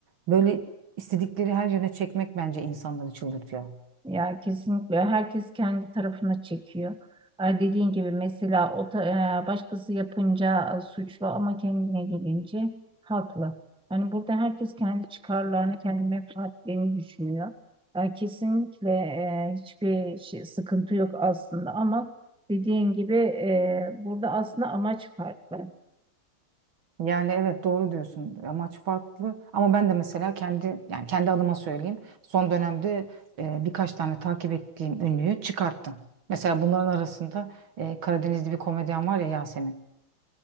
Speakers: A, on the right; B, in the centre.
A: böyle istedikleri her yöne çekmek bence insanları çıldırtıyor.
B: Ya kesinlikle herkes kendi tarafına çekiyor. Ee, Dediğin gibi mesela o ta- e, başkası yapınca e, suçlu ama kendine gelince haklı. Hani burada herkes kendi çıkarlarını, kendi menfaatlerini düşünüyor. Ee, Kesinlikle e, hiçbir şey, sıkıntı yok aslında ama Dediğin gibi e, burada aslında amaç farklı.
A: Yani evet doğru diyorsun. Amaç farklı. Ama ben de mesela kendi yani kendi adıma söyleyeyim. Son dönemde e, birkaç tane takip ettiğim ünlüyü çıkarttım. Mesela bunların arasında e, Karadenizli bir komedyen var ya Yasemin.